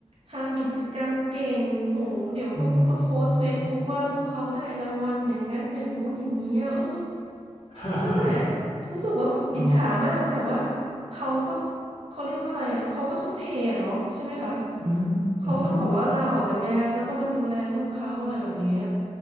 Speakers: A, on the right; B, on the left.
A: ทำกิจกรรมเก่งโหเดี๋ยวก็ก็มาโพสต์เฟซบุ๊กว่าลูกเขาได้รางวัลอย่างนั้นอย่างงู้นอย่างเงี้ยเออ
B: อืม <laughs> ฮ่าฮ่าฮ่า
A: นั่นแหละรู้สึกว่าแบบอิจฉามากแต่ว่า
B: อ๋อ
A: เขาก็เขาเรียกว่าอะไรอ่ะเขาก็ทุ่มเทอะเนาะใช่ไหมคะ
B: อืมอืม
A: เขาก็ต้องแบบว่าลาออกจากงานแล้วก็มาดูแลลูกเขาอะไรแบบเนี้ย